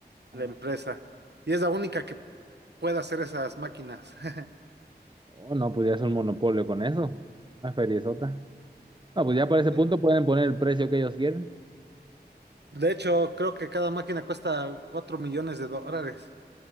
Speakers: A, on the right (about 80°); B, on the right (about 25°).
A: la
B: Ah,
A: empresa, y es la única que puede hacer esas máquinas. <laughs>
B: Oh, no, pues ya es un monopolio con eso. Una feriezota. No, pues ya para ese
A: De
B: punto pueden poner el precio que ellos quieran.
A: de hecho, creo que cada máquina cuesta 4 millones de dólares.